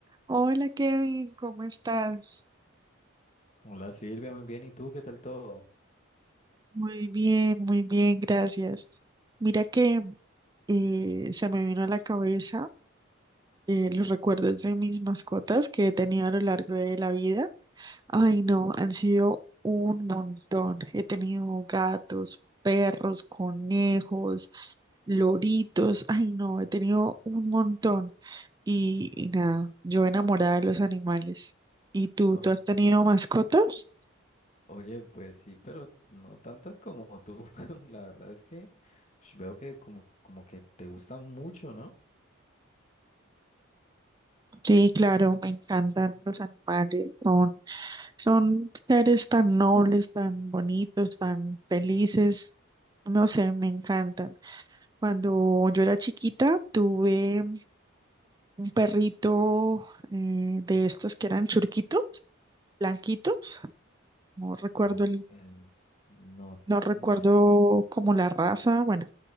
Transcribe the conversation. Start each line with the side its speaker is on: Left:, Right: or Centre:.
Right: Hola Kevin, ¿cómo estás?
Left: Hola Silvia, muy bien. ¿Y tú qué tal todo?
Right: Muy bien, muy bien, gracias. Mira que eh, se me vino a la cabeza eh, los recuerdos de mis mascotas que he tenido a lo largo de la vida. Ay, no, han sido un montón. He tenido gatos, perros, conejos, loritos. Ay, no, he tenido un montón. Y, y nada, yo enamorada de los animales. ¿Y tú,
Left: Oye,
Right: tú has tenido mascotas?
Left: oye, pues sí, pero no tantas como tú. <laughs> La verdad es que ush, veo que como, como que te gustan mucho, ¿no?
Right: Sí, claro, me encantan los animales, son, son seres tan nobles, tan bonitos, tan felices, no sé, me encantan. Cuando yo era chiquita, tuve un perrito eh, de estos que eran churquitos, blanquitos, no recuerdo
Left: Como que es- No,
Right: no recuerdo
Left: mm, yo tampoco.
Right: como la raza, bueno,